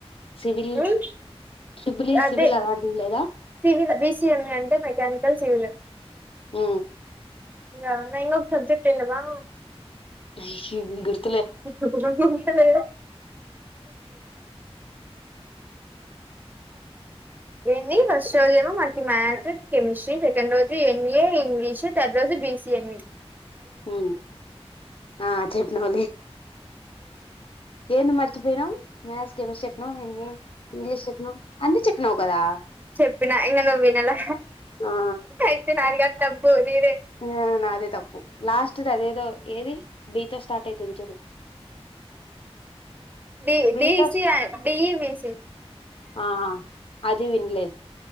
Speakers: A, on the left (about 60°); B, on the right (about 15°).
A: సివిల్
B: ఉ
A: ట్రిబుల్ ఈ
B: అదే
A: సివిల్ అలాంటివి లేదా
B: సివిల్ బిసిఎంఈ అంటే మెకానికల్ సివిల్
A: హ
B: నా ఇంొక సబ్జెక్ట్ ఎన్నవా
A: <unintelligible>
B: ష <unintelligible> చెప్పా ఏంది ఫస్ట్ రోజు ఏమో మనకి మ్యాథ్స్ కెమిస్ట్రీ సెకండ్ రోజు ఎంఈఏ ఇంగ్లీషు థర్డ్ రోజు బిసిఎంఈ
A: ఉ ఆ చెప్పినవ్ లే ఏంది మర్చిపోయినవు మ్యాథ్స్ కెమిస్ట్రీ చెప్పినవ్ ఎమ్ ఈ ఎ ఇంగ్లీష్ చెప్పినవ్ అన్ని చెప్పినావు ప్పద <unintelligible>
B: చెప్పినా ఇంకా నువ్వు వినలా
A: ఆ
B: అయితే నాది గాదు తప్పు నీదే
A: ఆ నాదే తప్పు లాస్ట్ది అదేదో ఏది బి తో స్టార్ట్ అయితుంది చూడు
B: డి
A: బి
B: డి
A: తో
B: డి ఈ బి సి
A: ఆ అది విన్లేదు